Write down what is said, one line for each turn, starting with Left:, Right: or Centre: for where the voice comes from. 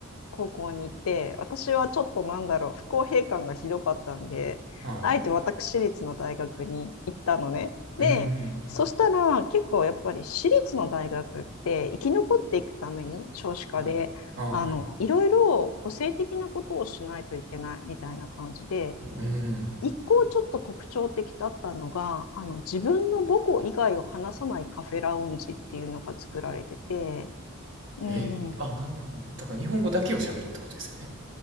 Left: 高校に行って、私はちょっとなんだろう、不公平感がひどかったんで、
Right: はい。
Left: あえて私立の大学に行ったのね。
Right: うん、
Left: で、そしたら結構やっぱり私立の大学って生き残っていくために少子化で、
Right: はい、はい。
Left: あの、いろいろ個性的なことをしないといけないみたいな感じで、
Right: うん。
Left: 一個ちょっと特徴的だったのが、あの、自分の母校以外を話さないカフェラウンジっていうのが作られてて、うん。
Right: えー、あ、なるほど。だから日本語だけを喋るってことですよね。